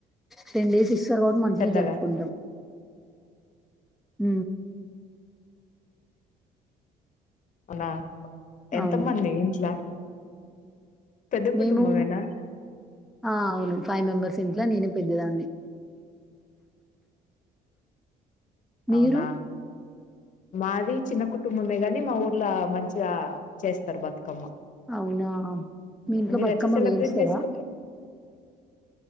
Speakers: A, in the centre; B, on the left.
A: టెన్ డేస్ ఇస్తారు కాబట్టి మంచిగానే
B: పెద్దగా
A: జరుపుకుంటాం ఊ
B: అవునా ఎంత
A: అవును
B: మంది ఇంట్ల పెద్ద కుటుంబమేనా
A: మేము ఆ అవును ఫైవ్ మెంబర్స్ ఇంట్లో నేనే పెద్దదాన్ని మీరు
B: అవునా మాది చిన్న కుటుంబమే గాని మా ఊర్లో మంచిగా చేస్తారు బతుకమ్మ
A: అవునా మీ ఇంట్లో
B: మీరు
A: బతుకమ్మ
B: ఎట్లా సెలబ్రేట్
A: పేరుస్తారా
B: జేసుకుంట్రు